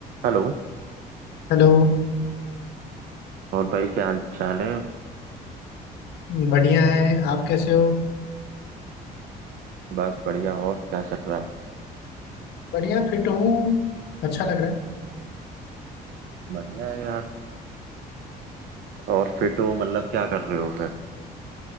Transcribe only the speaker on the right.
Hello
और भाई क्या हाल चाल है
बस बढ़िया और क्या चल रहा है
बढ़िया है यार और फिट हो मतलब क्या कर रहे हो फिर